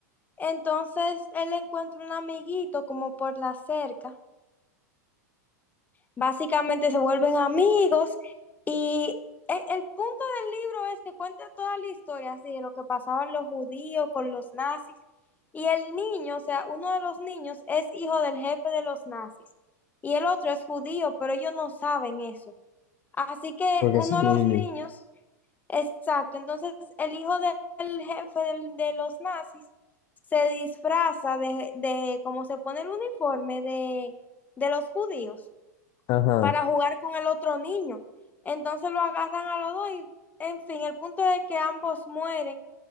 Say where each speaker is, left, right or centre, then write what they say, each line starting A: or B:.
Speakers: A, on the left; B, on the left.
A: Entonces él encuentra un amiguito como por la cerca Básicamente se vuelven amigos y e- el, punto del libro es que cuenta toda la historia así, de lo que pasaban los judíos con los nazis y el niño, o sea, uno de los niños es hijo del jefe de los nazis y el otro es judío, pero ellos no saben eso. Así que
B: Porque
A: uno
B: es un
A: de
B: niño.
A: los niños, exacto, entonces el hijo del jefe del- de los nazis se disfraza de, de, como se pone el uniforme de, de los judíos
B: Ajá.
A: para jugar con el otro niño. Entonces lo agarran a los dos y, en fin, el punto es que ambos mueren